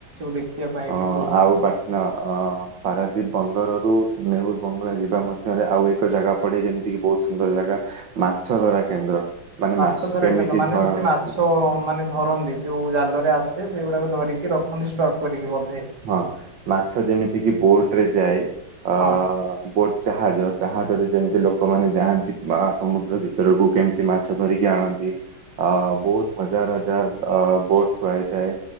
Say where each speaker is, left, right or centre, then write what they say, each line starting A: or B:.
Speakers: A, on the right (about 60°); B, on the right (about 75°).
A: ଦେଖିବା ପାଇଁ
B: ଅଁ,
A: ବି ବହୁତ
B: ଆଉ ପାଟନା
A: ବହୁତ
B: ଅଁ ପାରାଦୀପ ବନ୍ଦରରୁ ରୁ ନେହୁର ବଙ୍ଗଳା ଯିବା ମଧ୍ୟରେ ଆଉ ଏକ ଜାଗା ପଡେ। ଯେମିତି କି ବହୁତ ସୁନ୍ଦର ଜାଗା! ମାଛ
A: ହଁ,
B: ଧରା କେନ୍ଦ୍ର ମାନେ
A: ମାଛ ଧରା
B: କେମିତି
A: କେନେ? ମାନେ,
B: ଧରନ୍ତି
A: ସେଠି ମାଛ ମାନେ ଧରନ୍ତି। ଯୋଉ ଜାନ ତାରେ ଆସେ। ସେଗୁଡାକ ଧରିକି ରଖନ୍ତି ଷ୍ଟକ୍ କରିକି ବଧ
B: ହଁ, ମାଛ ଯେମିତି କିି ବୋଟ ରେ ଯାଏ। ଅ-ଅ
A: ହଁ
B: ବୋଟ ଯାହା ଜାହାଜ ଜାହାଜରେ ଯେମିତି ଲୋକମାନେ ଯାଆନ୍ତି। ସମୁଦ୍ର ଭିତରକୁ କେମିତି ମାଛ ଧରିକି ଆଣନ୍ତି! ଅ ବହୁତ ହଜାର ହଜାର ଅ ବୋଟ ଥୁଆହେଇଥାଏ।